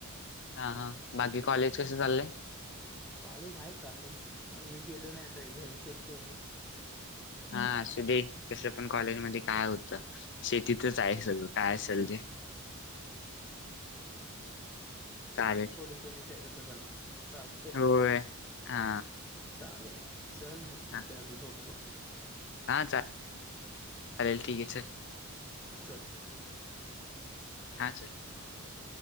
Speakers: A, on the left; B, in the centre.
A: हा हा बाकी कॉलेज कस चाललंय.
B: कॉलेज आहे चाललेय, मी गेलो नाही आता घरी शेती आहे ना.
A: हा असू दे तसं पण कॉलेज मध्ये काय होतं. शेतीतच आहे सगळं काय असेल
B: होय
A: ते चालेल
B: थोडी केल्याशिवाय कसं चाल चालते
A: होय हा
B: चालेल. चल मग मी
A: हा
B: पण आता झोपतो. हा
A: हा चालेल ठीक आहे चल
B: चाले <unintelligible> चल
A: हा चल
B: <unintelligible>